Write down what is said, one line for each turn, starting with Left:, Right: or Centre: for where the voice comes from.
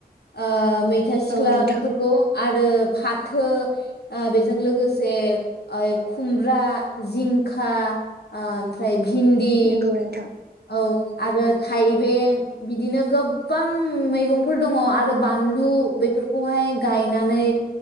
Left: ओ मैथा सिख्ला
Right: औ नोंथां
Left: बेफोरखौ आरो फाथो ओ बेजों लोगोसे ओ खुमब्रा जिंखा ओ ओमफ्राय भिन्दी
Right: नंगौ नोंथां
Left: औ आरो थाइबें बिदिनो गोबां मैगंफोर दङ आरो बानलु बेफोरखौहाय गायनानै